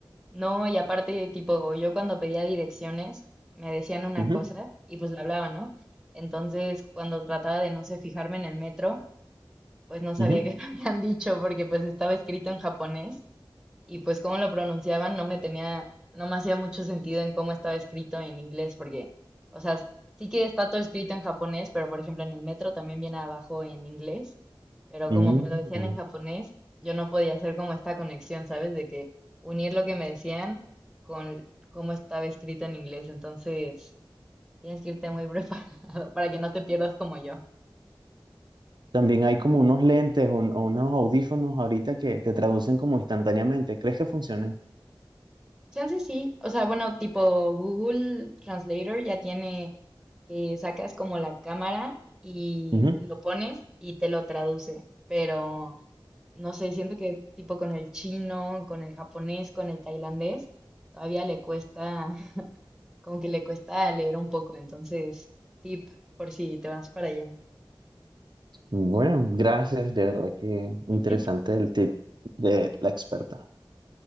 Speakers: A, in the centre; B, on the right.
A: No, y aparte, tipo, yo cuando pedía direcciones, me decían una
B: Ujú,
A: cosa y pues la hablaba, ¿no? Entonces, cuando trataba de no sé, fijarme en el metro, pues no sabía
B: ujú.
A: <laughs> qué me habían dicho porque pues estaba escrito en japonés. y pues cómo lo pronunciaban no me tenía, no me hacía mucho sentido en cómo estaba escrito en inglés, porque, o sea, sí que está todo escrito en japonés, pero por ejemplo en el metro también viene abajo en inglés, pero
B: Mm.
A: como me lo decían en japonés, yo no podía hacer como esta conexión, ¿sabes? De que unir lo que me decían con cómo estaba escrito en inglés, entonces tienes que irte muy <laughs> preparado para que no te pierdas como yo.
B: También hay como unos lentes o, o unos audífonos ahorita que te traducen como instantáneamente. ¿Crees que funcionen?
A: Chance sí, o sea, bueno, tipo Google Translator ya tiene que sacas como la cámara y
B: Ujú.
A: lo pones y te lo traduce, pero no sé, siento que tipo con el chino, con el japonés, con el tailandés, todavía le cuesta, <laughs> como que le cuesta leer un poco, entonces, tip por si te vas para allá.
B: Bueno, gracias, de verdad que interesante
A: <laughs>
B: el tip de la experta.